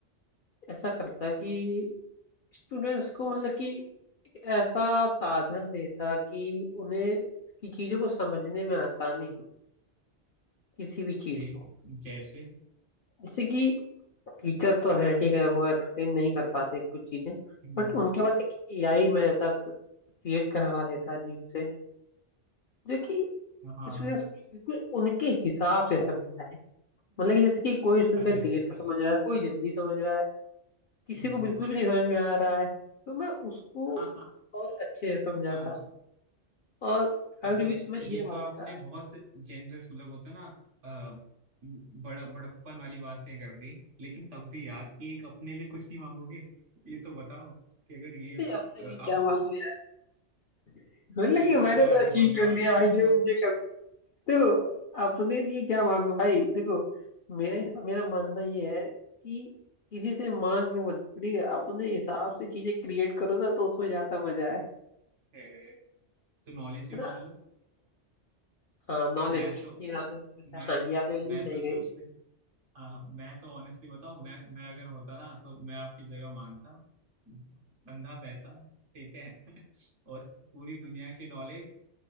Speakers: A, on the left (about 55°); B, on the right (about 85°).
A: ऐसा करता कि स्टूडेंट्स को मतलब कि एक ऐसा साधन देता कि उन्हें की चीजों को समझने में आसानी हो किसी भी चीज
B: ठीक,
A: को
B: जैसे
A: जैसे कि टीचर्स तो हैं ठीक है वो एक्सप्लेन नहीं कर पाते कुछ चीजें
B: हम्म,
A: बट उनके पास एक एआई में ऐसा क्रिएट करवा लेता है जिनसे जो कि
B: हाँ
A: स्टूडेंट्स को बिल्कुल उनके हिसाब से समझाए मतलब कि जैसे कि कोई स्टूडेंट
B: अरे
A: देर से समझ रहा है कोई जल्दी समझ रहा है किसी
B: हम्म,
A: को बिल्कुल भी नहीं समझ में आ रहा है तो मैं उसको
B: हाँ हाँ
A: और अच्छे से समझाता
B: हाँ
A: और थर्ड
B: अच्छा
A: विश मैं ये
B: ये तो
A: मांगता
B: आपने बहुत जेनरस मतलब होता है ना अ, बड़ा बड़प्पन वाली बातें कर दी लेकिन तब भी यार एक अपने लिए कुछ नहीं मांगोगे ये तो बताओ कि अगर ये
A: कि अपने
B: अ,
A: लिए
B: आ-
A: क्या मांगू यार <laughs> मतलब
B: पैसा
A: कि मैंने
B: गाड़ी
A: तो अचीव
B: बंगला
A: कर लिया
B: कुछ
A: भाई जो
B: तो
A: मुझे देखो अपने लिए क्या मांगो भाई देखो मेरा मेरा मानना ये है कि किसी से मांग के मत करो, ठीक है अपने हिसाब से चीजें क्रिएट करो ना तो उसमें ज्यादा मजा आए
B: है, तो नॉलेज ही
A: है
B: मांग
A: ना
B: लो
A: हाँ नॉलेज
B: मैं तो
A: ये आपने बिल्कुल सही-
B: मैं
A: हाँ
B: तो
A: ये आपने बिल्कुल
B: मैं
A: सही
B: तो
A: कही
B: सबसे हाँ मैं तो ऑनेस्टली बताऊं मैं मैं अगर होता ना तो मैं आपकी जगह मांगता बंधा पैसा ठीक है <laughs> और पूरी दुनिया की नॉलेज